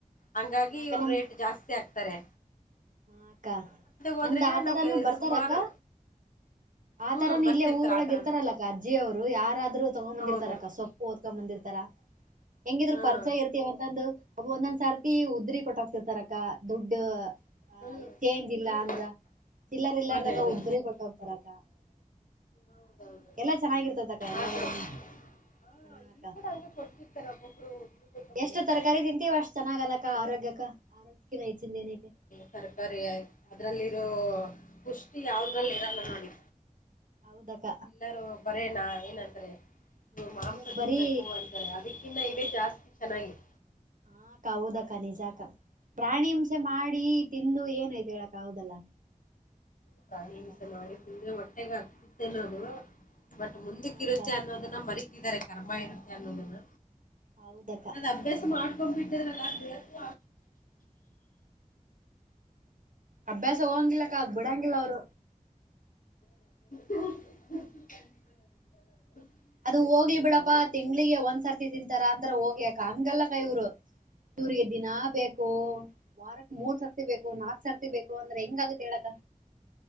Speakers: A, on the left; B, on the right.
A: ಹಂಗಾಗಿ
B: ಹಾ ಅಕ್ಕ
A: ಇವ್ರ ರೇಟ್ ಜಾಸ್ತಿ ಆಕ್ತಾರೆ.
B: ಹಕ್ಕ
A: ಹೋದ್ರೆಗಿನ
B: ನಮ್ದ್ ಆತರಾನೂ
A: ನಮ್ಗೆ
B: ಬರ್ತಾರಕ್ಕ.
A: ಸುಮಾರು
B: ಆತರನು
A: ಹ್ಮ್ ಬರ್ತಿರ್ತಾರ
B: ಇಲ್ಲೇ ಊರೊಳಗ
A: ಆತರ
B: ಇರ್ತಾರಲ್ಲಕ್ಕ ಅಜ್ಜಿ ಅವ್ರು ಯಾರಾದ್ರರು ತೊಗೊಂಬಂದಿರ್ತಾರಕ್ಕ
A: ಹೌದು
B: ಸುಮ್. ಓದಕೊಂದ ಬಂದಿರ್ತಾರ ಹೆಂಗಿದ್ರ
A: ಹ್ಮ್
B: ಪರಿಚಯ ಇರ್ತೀವಂತಂದ. ಒಬ್ಬವ ಒಂದೊಂದ್ ಸರ್ತಿ ಉದ್ರಿ ಕೊಟ್ಟೋಗ್ತಿರ್ತಾರಕ್ಕ ದುಡ್ಡು. ಹ
A: ಹ್ಮ್
B: ಚೇಂಜ್ ಇಲ್ಲಾ
A: ಹ್ಮ್
B: ಅಂದ್ರ ಚಿಲ್ಲರ್ ಇಲ್ಲಾರದಾಗ
A: ಅದೇ ಅದೇ
B: ಉದ್ರಿ ಕೊಟ್ಟ ಹೋಗ್ತಾರಂತ.
A: ಹೌದೌದು
B: ಎಲ್ಲಾ ಚೆನ್ನಾಗಿರ್ತತಕ್ಕ ಎಲ್ಲಾ
A: ಆತರ
B: ಕಡೆನು.
A: ಹಾ
B: ಹಾ
A: ಇಲ್ಲಿ
B: ಅಕ್ಕ
A: ಕೂಡ ಹಂಗೆ ಕೊಡ್ತಿರ್ತಾರೆ ಒಬ್ಬೊಬ್ರು ಕೊಟ್ಟು ಹೋಗ್ತಾರೆ
B: ಎಷ್ಟು ತರಕಾರಿ ತಿಂತೀವ ಅಷ್ಟು ಚೆನ್ನಾಗ ಅಲ್ಲಕ್ಕ ಆರೋಗ್ಯಕ್ಕ ಆರೋಗ್ಯಕಿನ ಹೆಚ್ಚಾಯಿಂದ ಏನೈತೆ.
A: ತರಕಾರಿಯ್ತು ಅದ್ರಲ್ಲಿ ಇರೋ ಪುಷ್ಟಿ ಯಾವದ್ರಲ್ಲಿ ಇರಲ್ಲ ನೋಡಿ.
B: ಹೌದಕ್ಕ
A: ಎಲ್ಲಾರೂ ಬರೇನಾ ಏನಂತರೆ ನೀವು ಮಾಂಸ
B: ಯಾಕ
A: ತಿನ್ಬೇಕು
B: ಬರೀ
A: ಅಂತಾರೆ. ಇದಕ್ಕಿನ್ನ ಇವೆ ಜಾಸ್ತಿ ಚೆನ್ನಾಗಿದೆ.
B: ಹ ಅಕ್ಕ ಹೌದಕ್ಕ ನಿಜಕ್ಕ ಪ್ರಾಣಿ ಹಿಂಸೆ ಮಾಡಿ ತಿಂದು ಏನಯ್ತು ಹೇಳಕ್ಕ. ಹೌದಲ್ಲ
A: ಪ್ರಾಣಿಹಿಂಸೆ
B: ಹಾಕ್ಕ
A: ಮಾಡಿ ತಿಂದ್ರೆ ಹೊಟ್ಟೆೆಗೆ ಹಗ್ತಿತ್ತನೋ ಅದು. ಬಟ್ ಮುಂದಕ್ಕ
B: ಹಾಕ್ಕ
A: ಇರುತ್ತೆ ಅನ್ನೋದನ್ನ ಮರಿತಿದ್ದಾರೆ ಕರ್ಮ ಇರುತ್ತೆ ಅನ್ನೋದನ್ನ.
B: ಹೌದಕ್ಕ
A: ಅದ್ ಅಭ್ಯಾಸ ಮಾಡ್ಕೊಂಡ್ ಬಿಟ್ಟದ್ರಲ್ಲ ಬೇಕು
B: ಅಭ್ಯಾಸ ಹೋಗಂಗಿಲ್ಲಕ್ಕ ಬಿಡಂಗಿಲ್ಲ ಅವ್ರು.
A: <inaudible>
B: ಅದು ಹೋಗ್ಲಿ ಬಿಡಪ್ಪಾ ತಿಂಗ್ಳಿಗೆ ಒಂದ್ಸರ್ತಿ ತಿಂತಾರ ಅಂದ್ರ ಹೋಗ್ಯಕ ಹಂಗಲ್ಲ ಇವರು. ಇವರಿಗೆ ದಿನಾ ಬೇಕು. ವಾರಕ್ ಮೂರ್ ಸರ್ತಿ ಬೇಕು ನಾಲ್ಕ್ ಸರ್ತಿ ಬೇಕು ಅಂದ್ರೆ ಹೆಂಗಗುತ್ತೆ ಹೇಳಕ.